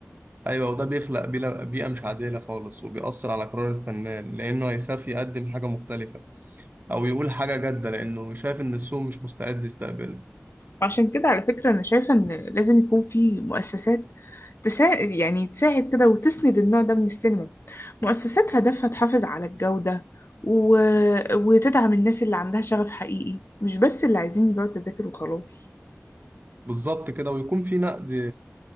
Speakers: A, on the right; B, on the left.
A: ايوه وده بيخلق بلا- بيئه مش عادله خالص وبيأثر على قرار الفنان لانه هيخاف يقدم حاجه مختلفه او يقول حاجه جاده لانه شايف ان السوق مش مستعد يستقبلها
B: عشان كده على فكرة أنا شايفة إن لازم يكون في مؤسسات تسا... يعني تساعد كده وتسند النوع ده من السينما مؤسسات هدفها تحافظ على الجودة و... وتدعم الناس اللي عندها شغف حقيقي مش بس اللي عايزين يبيعوا التذاكر وخلاص
A: بالظبط كده ويكون في نقد